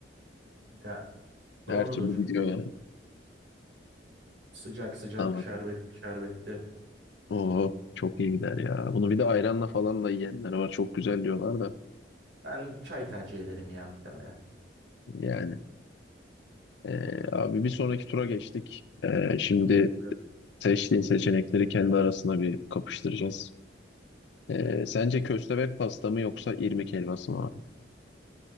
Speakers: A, on the right; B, on the left.
A: Kanka, doğrudur.
B: Her türlü gidiyor yani.
A: Sıcak sıcak
B: Tamam.
A: şerbetli şerbetli.
B: Oo, çok iyi gider ya. Bunu bir de ayranla falan da yiyenler var. Çok güzel diyorlar da.
A: Ben çay tercih ederim ya muhtemelen.
B: Yani. Ee, abi bir sonraki tura geçtik. Ee, şimdi
A: Tamamdır.
B: Seçtiğin seçenekleri kendi arasında bir kapıştıracağız. Ee, sence köstebek pasta mı yoksa irmik helvası mı abi?